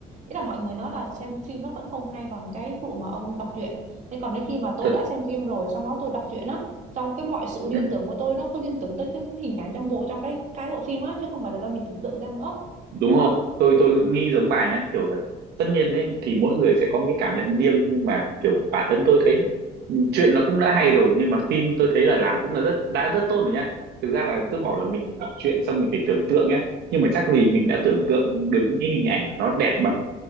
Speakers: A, on the right; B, on the right.
A: ý là mọi người nói là xem phim nó vẫn không hay bằng cái vụ mà ông đọc truyện nên còn đến khi mà tôi
B: thật
A: đã xem phim rồi xong đó tôi đọc truyện á trong cái mọi sự liên
B: ừ.
A: tưởng của tôi nó cứ liên tưởng tới cái hình ảnh trong bộ trong cái cái bộ phim á chứ không phải là do mình tưởng tượng ra nữa
B: đúng
A: đó
B: rồi tôi tôi nghĩ giống bà nhá kiểu là tất nhiên ấy thì mỗi người sẽ có một cái cảm nhận riêng nhưng mà kiểu bản thân tôi thấy ừ, chuyện nó cũng đã hay rồi nhưng mà phim tôi thấy là làm cũng là rất đã rất tốt rồi nhá thực ra
A: ừ
B: là cứ bảo là mình phải đọc truyện xong mình phải tưởng tượng nhá nhưng mà chắc gì mình đã tưởng tượng được những cái hình ảnh mà nó đẹp bằng